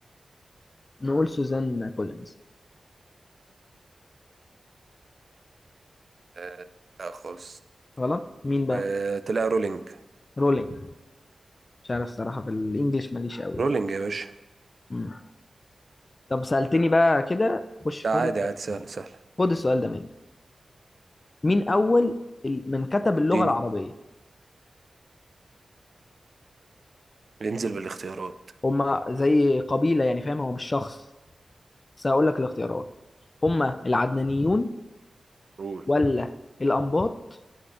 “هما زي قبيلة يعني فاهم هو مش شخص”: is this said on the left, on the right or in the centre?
Left